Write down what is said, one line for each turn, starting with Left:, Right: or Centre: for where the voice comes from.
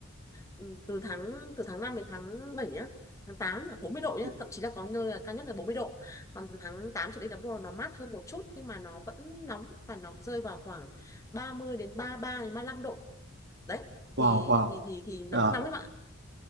Left: ừ, từ tháng từ tháng 5 đến tháng 7 nhá tháng 8 là 40 độ nhá
Right: dạ.
Left: thậm chí là có nơi là cao nhất là 40 độ còn từ tháng 8 trở đi là bắt đầu nó mát hơn một chút nhưng mà nó vẫn nóng và nó rơi vào khoảng 30 đến 33 đến 35 độ đấy thì
Right: Wow, wow.
Left: thì thì thì nó
Right: Dạ.
Left: vẫn nóng em ạ